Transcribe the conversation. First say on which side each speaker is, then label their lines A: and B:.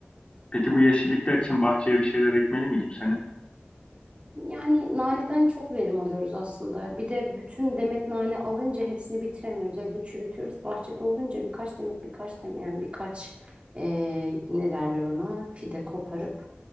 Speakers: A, on the left; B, on the right.
A: Peki bu yeşillikler için bahçeye bir şeyler ekmeli miyiz bu sene?
B: Yani naneden çok verim alıyoruz aslında. Bir de bütün demet nane alınca hepsini bitiremiyoruz. Evde çürütüyoruz. Bahçede olunca birkaç demet birkaç demet yani birkaç eee, ne derler ona fide koparıp